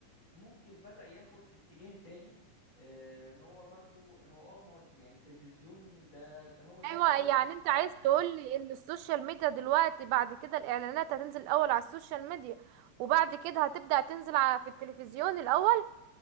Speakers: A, on the left; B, on the right.
A: ممكن بدأ ياخد اتجاه تاني آه، ان هو برضو هو اه مو- يعني التلفزيون ده ده هو ده
B: ايوه
A: الاساس
B: يعني
A: اصلا
B: انت
A: بتاع
B: عايز
A: الاعلانات
B: تقول لي ان السوشيال ميديا دلوقتي بعد كده الاعلانات هتنزل الاول على السوشيال ميديا وبعد كده هتبدأ تنزل على في التلفزيون الاول